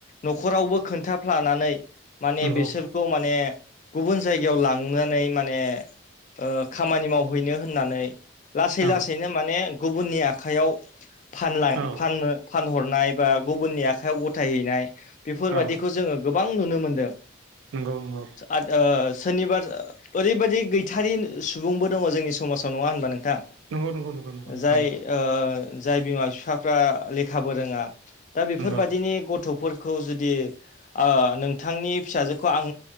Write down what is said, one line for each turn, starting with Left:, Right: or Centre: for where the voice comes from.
Left: न'खरावबो खोन्थाफ्लानानै माने
Right: नंगौ
Left: बिसोरखौ माने गुबुन जायगायाव लांनानै माने ओ खामानि मावहैनो होननानै लासै
Right: औ
Left: लासैनो माने गुबुननि आखाइयाव फानलां
Right: औ
Left: फाननो फानहरनाय बा गुबुननि आखाइायाव गथायहैनाय बेफोरबायदिखौ
Right: औ
Left: जोङो गोबां नुनो मोनदों।
Right: नंगौ नंगौ
Left: आद ओ सनिबा ओरैबायदि गैथारि सुबुंबो दङ जोंनि समाजाव नङा होनबा नोंथां
Right: नंगौ नंगौ नंगौ नंगौ नोंथां
Left: जाय
Right: नंगौ
Left: ओ जाय बिमा बिफाफ्रा लेखाबो रोङा दा बेफोरबादिनि
Right: नंगौ
Left: गथ'फोरखौ जुदि ओ नोंथांनि फिसाजोखौ आं